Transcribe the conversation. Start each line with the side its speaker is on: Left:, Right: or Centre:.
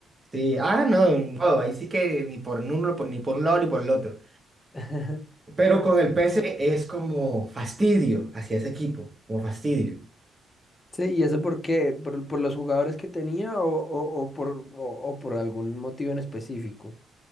Right: Sí, ah, no, no, ahí sí que ni por uno, por- ni por un lado ni por el otro.
Left: <laughs> <laughs>
Right: Pero con el P PSG es como fastidio hacia ese equipo, como fastidio.
Left: Sí, ¿y eso por qué? ¿Por, por los jugadores que tenía o, o, o por, o o por algún motivo en específico?